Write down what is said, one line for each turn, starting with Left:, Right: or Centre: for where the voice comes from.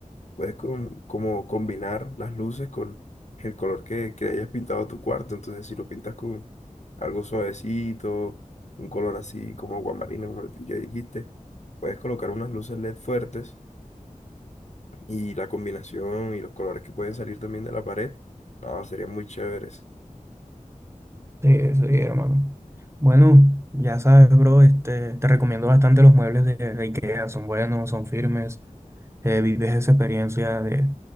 Left: puedes con como combinar las luces con el color que, que hayas pintado tu cuarto. Entonces, si lo pintas con algo suavecito, un color así como guamarina, como el que dijiste, puedes colocar unas luces LED fuertes y la combinación y los colores que pueden salir también de la pared, no, serían muy chéveres.
Right: sí, sí, hermano. Bueno, ya sabes, bro, este, te recomiendo bastante los muebles de, de IKEA. Son buenos, son firmes. eh, vives esa experiencia de,